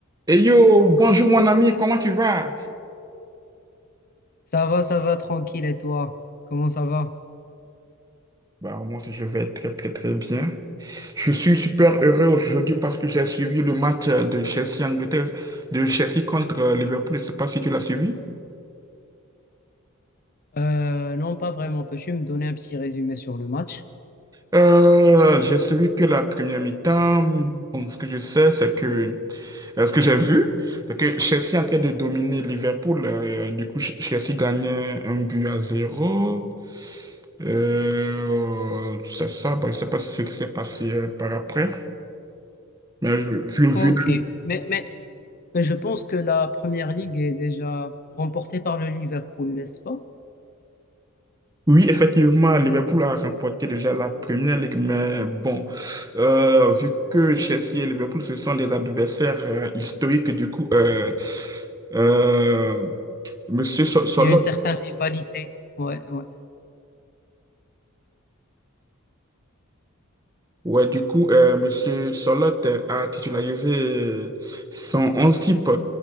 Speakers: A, on the right (about 15°); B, on the left (about 45°).
A: Hey yo, bonjour mon ami, comment tu vas?
B: Ça va, ça va, tranquille. Et toi? Comment ça va?
A: Bah, moi aussi je vais très très très bien. Je suis super heureux aujourd'hui parce que j'ai suivi le match euh, de Chelsea Angleterre, de Chelsea contre euh, Liverpool. Je ne sais pas si tu l'as suivi.
B: Euh, non, pas vraiment. Peux-tu me donner un petit résumé sur le match?
A: Euh, j'ai suivi que la première mi-temps. Bon, ce que je sais, c'est que euh, ce que j'ai vu, c'est que Chelsea est en train de dominer Liverpool. Euh, du coup, Ch- Chelsea gagnait un but à zéro. Euh, c'est ça. Bon, je ne sais pas ce qui s'est passé euh, par après. Mais je- je- je-
B: Ok. Mais, mais, mais je pense que la première ligue est déjà remportée par le Liverpool, n'est-ce pas?
A: oui, effectivement, Liverpool a remporté déjà la première ligue, mais bon, euh, vu que Chelsea et Liverpool, ce sont des adversaires euh, historiques, du coup, euh, euh, Monsieur So- Solot,
B: Il y a une certaine rivalité. Ouais, ouais.
A: ouais, du coup, euh, Monsieur Solot a titularisé son 11 type.